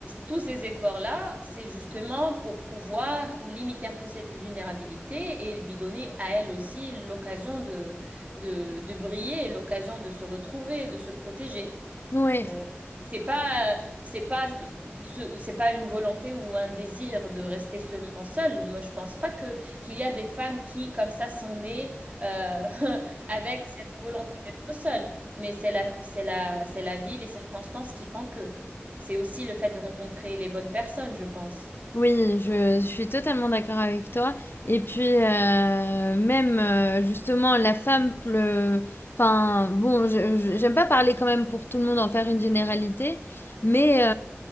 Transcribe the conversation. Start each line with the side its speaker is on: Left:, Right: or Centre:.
Right: tous ces efforts-là, c'est justement pour pouvoir limiter un peu cette vulnérabilité et lui donner à elle aussi l'occasion de de, de briller, l'occasion de se retrouver, de se protéger.
Left: Ouais.
Right: Euh, c'est pas, c'est pas, ce- c'est pas une volonté ou un désir de rester seulement seule. Moi, je pense pas que qu'il y a des femmes qui, comme ça, sont nées euh, <laughs> avec cette volonté d'être seule. Mais c'est la, c'est la, c'est la vie, les circonstances qui font que. C'est aussi le fait de rencontrer les bonnes personnes, je pense.
Left: Oui, je, je suis totalement d'accord avec toi. Et puis, euh, même euh, justement, la femme pleut. Enfin, bon, je- je- j'aime pas parler quand même pour tout le monde, en faire une généralité, mais euh,